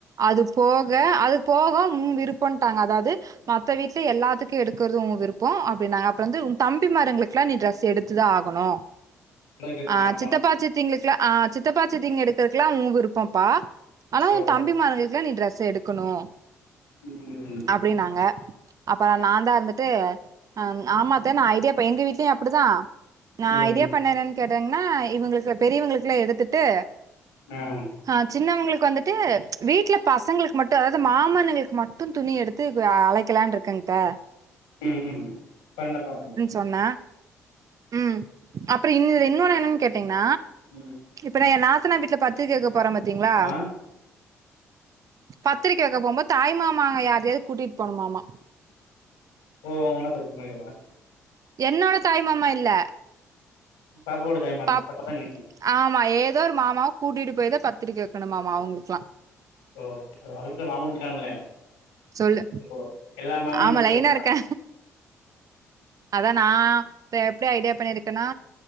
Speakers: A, on the right; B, on the left.
A: அது போக அது போக முன் விருப்பன்ட்டாங்க அதாவ்து மத்த வீட்டுல எல்லாத்துக்கு எடுக்கறது உங்க விருப்போ அப்டினாங்க அப்றோ வந்து உன் தம்பி மாருங்களுக்குலா நீ ட்ரெஸ் எடுத் துதா ஆகணு
B: அழகர்
A: ஆ
B: மாமா
A: சித்தப்பா சித்திங்களுக்லா ஆ சித்தப்பா சித்திங் எடுக்கறகெலா உங்க விருப்போப்பா ஆனா
B: ஓ
A: உன் தம்பி மாறுங்களுக்கெலா நீ டிரெஸ்ஸு எடுக்கணு
B: ம் ம் ம்
A: அப்டின்னாங்க அப்றோ நா தா இருந்துட்டு அ ஆமா அத்த நா ஐடியாப் எங்க வீட்லயு அப்டிதா நா
B: ம்
A: ஐடியா பண்ணே என்னனு கேட்டேங்கனா இவுங்களுக்குல பெரியவங்ளுக்கெலா எடுத்துட்டு
B: ம்
A: ஆ சின்னவங்களுக்கு வந்துட் டு வீட்டுல பசங்களுக்கு மட்டு அதாவ்து மாமன்னங்களுக்கு மட்டு துணி எடுத்து <inaudible> அழைக்கலான்ட்டு இருக்கங் அத்த
B: ம் ம் பண்லப்பா <inaudible>
A: சொன்ன ம் அப்றோ இன்ன இன்னொன்னு என்னன்னு கேட்டீங்கன்ன
B: ம்
A: இப்ப நா என் நாத்தனா வீட்ல பத்திரிக்க வைக்க போறே பாத்தீங்களா
B: ஆமா
A: பத்திரிக்கை வைக்க போபோது தாய் மாமாங்க யாரையாவது கூட்டிட்டு போனுமாமா
B: ஓ அவுங்க <inaudible>
A: என்னோட தாய்மாமா இல்ல
B: பாப்போட தாய்மாமா
A: பாப்
B: பச பசங்க
A: ஆமா ஏதோ ஒரு மாமாவ கூட்டிட்டு போய் தா பத்திரிக்கை வைக்கணுமாமா அவுங்களுக்யெல்லா
B: ஒ அவ அவளுக்கு தா மாமனுங் இருக்காங்களே
A: சொல்லு
B: ஓ எல்லா மாமனையும்
A: ஆமா
B: கூப்பிட்டு
A: லைனா இருக்கே அதா நா இப்ப எப்டி ஐடியா பண்ணிருக்கனா